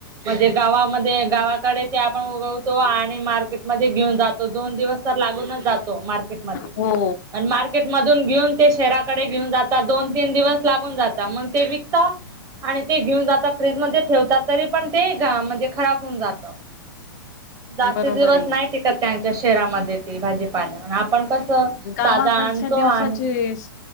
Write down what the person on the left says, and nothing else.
हो
बरोबर
आहे
गावाकडच्या
दिवसाचेस